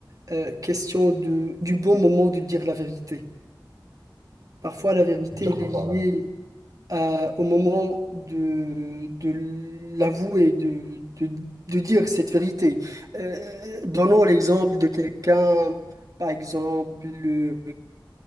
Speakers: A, on the right (about 50°); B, on the right (about 65°).
A: euh, question de du bon moment de dire la vérité. Parfois la vérité
B: je veux dire
A: elle
B: quoi
A: est liée
B: par là?
A: euh, au moment de, de l'avouer, de, de- de dire cette vérité. Euh, donnons l'exemple de quelqu'un, par exemple, euh,